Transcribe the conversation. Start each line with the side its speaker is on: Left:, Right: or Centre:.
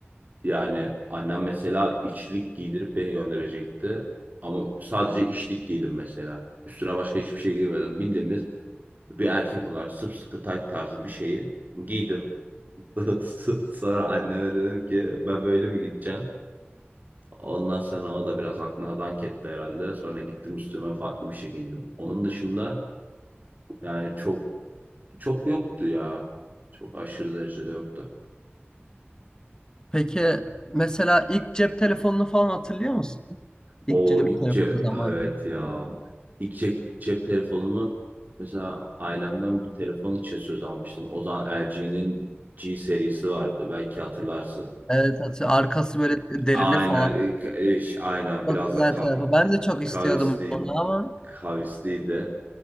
Right: Yani annem mesela içlik giydirip beni gönderecekti. Ama sadece içlik giydim mesela. Üstüne başka hiçbir şey giymedim. Bildiğimiz bir erkek olarak sımsıkı tayt tarzı bir şeyi giydim. <laughs> Sonra anneme dedim ki ben böyle mi gideceğim? Ondan sonra o da biraz aklına dank etti herhalde. Sonra gittim üstüme farklı bir şey giyindim. Onun dışında yani çok çok yoktu ya. Çok aşırı derecede yoktu.
Left: Peki mesela ilk cep telefonunu falan hatırlıyor musun?
Right: O
Left: İlk cep
Right: ilk
Left: telefonu
Right: ce-
Left: zamanı.
Right: evet ya. İlk cep, cep telefonunu mesela ailemden bir telefon için söz almıştım. O zaman LG'nin G serisi vardı. Belki hatırlarsın.
Left: Evet atıyor. Arkası böyle derili
Right: Aynen,
Left: falan.
Right: e, ş- aynen biraz
Left: Çok güzel
Right: da ka
Left: tarafı. Ben de çok
Right: kavisli,
Left: istiyordum onu ama
Right: kavisliydi.